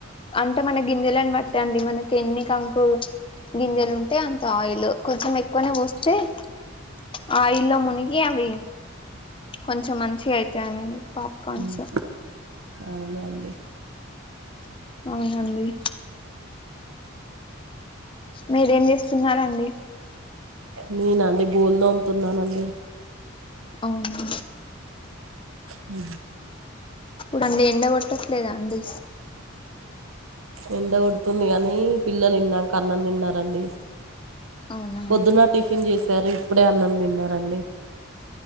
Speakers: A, on the left; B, on the right.
A: అంటే మన గింజలని బట్ట అండి మనకి ఎన్ని కంకులు గింజలు ఉంటే అంత ఆయిల్ కొంచెం ఎక్కువనే పోస్తే ప్చ్ ఆయిల్ మునిగి అవి కొంచెం మంచిగా అయితాయండి పాప్కార్న్స్
B: ఉమ్, అవునా అండి
A: అవునండి మీరేం చేస్తున్నారండి
B: నేనండి బోల్లు తోముతున్న అండి
A: అవునా
B: ఉ
A: మండే ఎండ కొట్టట్లేదా అండి
B: ఎండ కొడుతుంది గానీ పిల్లలు ఇందాక అన్నం తిన్నారండి
A: అవునా
B: పొద్దున టిఫిన్ చేసారు ఇప్పుడే అన్నం తిన్నారండి